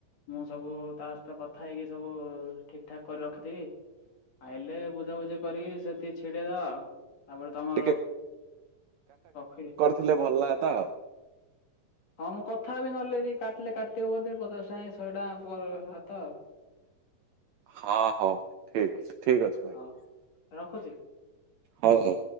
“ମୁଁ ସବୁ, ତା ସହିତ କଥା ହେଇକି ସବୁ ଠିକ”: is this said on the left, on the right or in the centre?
Left